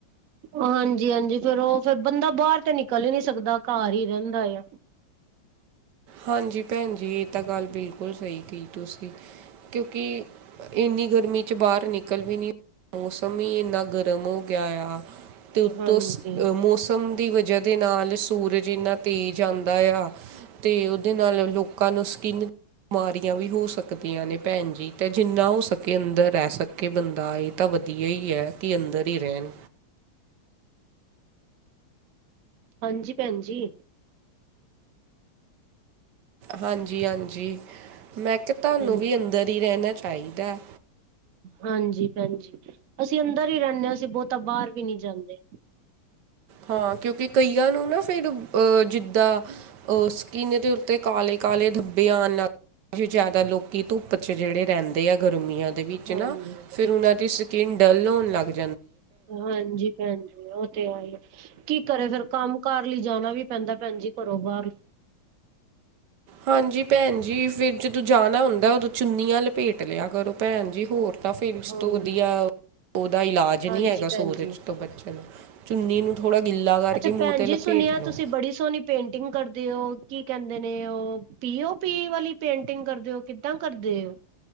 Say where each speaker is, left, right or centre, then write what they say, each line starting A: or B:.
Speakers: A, on the right; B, on the right.
A: ਹਾਂਜੀ- ਹਾਂਜੀ ਫੇਰ ਉਹ ਫੇਰ ਬੰਦਾ ਬਾਹਰ ਤੇ ਨਿਕਲ ਹੀ ਨੀ ਸਕਦਾ, ਘਰ ਹੀ ਰਹਿੰਦਾ ਏ।
B: ਹਾਂਜੀ ਪੈਣ ਜੀ ਇਹ ਤਾਂ ਗੱਲ ਬਿਲਕੁਲ ਸਹੀ ਕੀ ਤੁਸੀਂ। ਕਿਉਂਕਿ ਇੰਨੀ ਗਰਮੀ ਬਚੇ ਬਾਹਰ ਨਿਕਲ ਵੀ ਨ ਮੌਸਮ ਹੀ ਇੰਨਾ ਗਰਮ ਹੋ ਗਿਆ ਹੋਆ ਐ। ਤੇ ੳਤੋ
A: ਹਾਂਜੀ
B: ਮੌਸ ਸਮ ਦੀ ਵਜੇ ਦੇ ਨਾਲ ਸੂਰਜ ਇੰਨਾ ਤੇਜ਼ ਆਂਦਾ ਯਾ। ਤੇ ਉਹਦੇ ਨਾਲ ਲੋਕਾਂ ਨੂੰ ਸਕੀਨ ਬਿਮਾਰੀਆਂ ਵੀ ਹੋ ਸਕਦੀਆਂ ਨੇ ਪੈਣ ਜੀ, ਤੇ ਜਿੰਨਾ ਹੋ ਸਕੇ ਅੰਦਰ ਰਹਿ ਸਕ ਕਿ ਬੰਦਾ ਇਹ ਤਾਂ ਵਧੀਆ ਹੀ ਹੈ ਕੇ ਅੰਦਰ ਹੀ ਰਹਿਣ।
A: ਹਾਂਜੀ ਪੈਣ ਜੀ।
B: ਹਾਂਜੀ-ਹਾਂਜੀ ਮੈਂ ਕਿਆ ਤਹਾਨੂੰ
A: ਹਾਂਜੀ
B: ਵੀ ਅੰਦਰ ਈ ਰਹਿਣਾ ਚਾਹੀਦਾ।
A: ਹਾਂਜੀ ਪੈਣਜੀ ਅਸੀਂ ਅੰਦਰ ਈ ਰਹਿੰਨੇ ਆ, ਅਸੀਂ ਬੋਹਤਾ ਬਾਹਰ ਵੀ ਨਈ ਜਾਂਦੇ।
B: ਹਾਂ ਕਿਉਂਕਿ ਕਈਆਂ ਨੂੰ ਨਾ ਫੇਰ ਅਹ ਜਿੱਦਾਂ ਉਹ ਸਕਿੰਨ ਦੇ ਉੱਤੇ ਕਾਲੇ- ਕਾਲੇ ਧੱਬੇ ਆਣ ਲੱਗ ਕਾਫ਼ੀ ਜਾੱਦਾ ਲੋਕੀ ਧੁੱਪ ਚ ਜਿਹੜੇ ਰਹਿੰਦੇ ਆ ਗਰਮੀਆਂ। ਦੇ ਵਿੱਚ
A: ਹਾਂਜੀ
B: ਨਾ ਫੇਰ ਉਹਨਾਂ ਦੀ ਸਕਿੰਨ ਡਲ ਹੋਣ ਲੱਗਦੀ
A: ਓ ਐਮ ਜੀ। ਹਾਂਜੀ ਉਹ ਤੇ ਆ ਹੀ ਐ, ਕੀ ਕਰੇ ਫੇਰ ਕੰਮ- ਕਾਰ ਲਈ ਜਾਣਾ ਵੀ ਪੈਂਦਾ ਪੈਣ ਜੀ ਘਰੋਂ ਬਾਹਰ।
B: ਹਾਂਜੀ ਪੈਣ ਜੀ ਫੇਰ ਜਦੋਂ ਜਾਣਾ ਹੁੰਦਾ ਉਦੋਂ ਚੁੰਨੀਆਂ ਲਪੇਟ ਲਿਆ ਕਰੋ ਪੈਣ ਜੀ ਹੋਰ ਤਾਂ ਫੇਰ ਇਸ
A: ਹਾਂਜੀ
B: ਤੋਂ ਵਧੀਆ ਉਹਦਾ ਇਲਾਜ
A: ਹਾਂਜੀ
B: ਨੀ ਹੈਗਾ
A: ਭੈਣ
B: ਸੂਰਜ
A: ਜੀ
B: ਤੋਂ ਬੱਚਨ ਨੂੰ। ਚੁੰਨੀ ਨੂੰ ਥੋੜਾ ਗਿੱਲਾ ਕਰਕੇ
A: ਅੱਛਾ
B: ਮੂੰਹ
A: ਭੈਣ
B: ਤੇ
A: ਜੀ
B: ਲਪੇਟ
A: ਸੁਣਿਆ
B: ਲੋ।
A: ਤੁਸੀਂ ਬੜੀ ਸੋਹਣੀ ਪੇਂਟਿੰਗ ਕਰਦੇ ਹੋ, ਕੀ ਕਹਿੰਦੇ ਨੇ ਉਹ ਪੀਓ ਪੀ ਵਾਲੀ ਪੇਂਟਿੰਗ ਕਰਦੇ ਹੋ, ਕਿੱਦਾਂ ਕਰਦੇ ਓ?